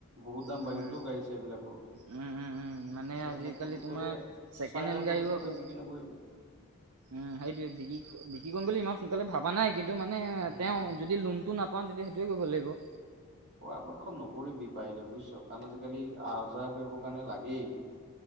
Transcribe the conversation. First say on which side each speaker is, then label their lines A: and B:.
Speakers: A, on the right (about 50°); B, on the right (about 75°).
A: বহুত দাম
B: উম
A: বাঢ়িলটো গাড়ী চাৰি বিলাকো। এতিয়া
B: উম উম উম আজিকালি
A: মানে মানে পুতুককতে
B: তোমাৰ ছেকেণ্ড
A: চাই
B: হেণ্ড
A: ল
B: গাড়ীও
A: তে
B: আকৌ
A: বিক্ৰী নকৰিবি।
B: উম সেইটোৱে। বিক্ৰী বিক্ৰী কৰিম বুলি ইমান সোনকালে ভাবা নাই। কিন্তু মানে
A: উম
B: তেওঁ যদি লোনটো নাপাওঁ তেতিয়া সেইটোৱে কৰিব লাগিব।
A: পৰাপক্ষ নকৰিবি পাৰিলে বুজিছ। কাৰণ আজিকালি আহ যাহ কৰিবৰ কাৰণে লাগেই।